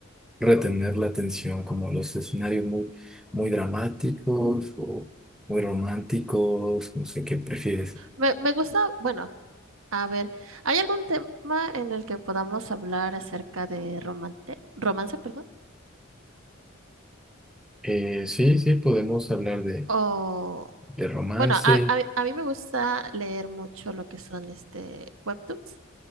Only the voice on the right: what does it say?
me, me gusta, bueno, a ver, ¿hay algún tema en el que podamos hablar acerca de romance, romance, perdón?
O,
bueno, a, a, a mí me gusta leer mucho lo que son este webtoons